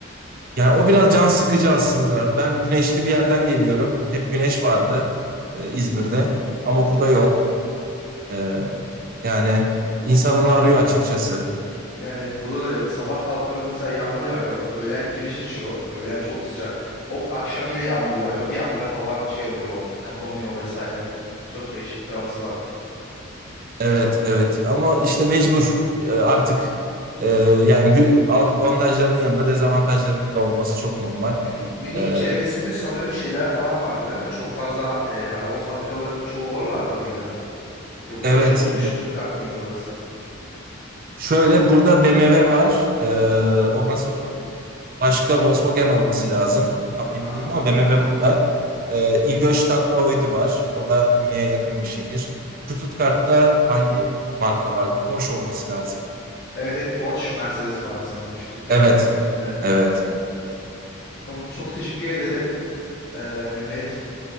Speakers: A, on the right; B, on the left.
A: Yani o biraz can sıkıcı aslında. Ben güneşli bir yerden geliyorum. Hep güneş vardı e, İzmir'de ama burada yok. Ee, yani insan onu arıyor açıkçası.
B: Yani evet burada da öyle. Sabah kalkıyorum mesela yağmur yağıyor. Öğlen güneş açıyor. Öğlen çok sıcak. Hop akşam yine yağmur yağıyor. Bir anda hava şey oluyor. Kapanıyor vesaire. Çok değişik bir havası var.
A: Evet, evet. Ama işte mecbur Ee, artık e, yani gü- avantajlarının yanında dezavantajlarının da olması çok normal.
B: Münih, Münih
A: Ee,
B: çevresinde sanırım şeyler falan vardı değil mi? Çok fazla e, araba fabrikalarının çoğu oralarda mıydı? Yoksa
A: evet.
B: Stutt
A: B-
B: Stuttgart mıydı orası?
A: Şöyle burada BMW var. Ee, ondan sonra başka Volkswagen olması lazım. Tam emin
B: Ha.
A: değilim ama BMW burada. Ee, Ingolstadt'ta Audi var. O da Münih'e yakın bir şehir. Stuttgart'ta hangi marka vardı? Porsche olması lazım.
B: Evet evet Porsche Mercedes vardı sanırım Stuttgart'ta.
A: Evet,
B: Evet.
A: evet.
B: Tamam çok teşekkür ederim e, Mehmet.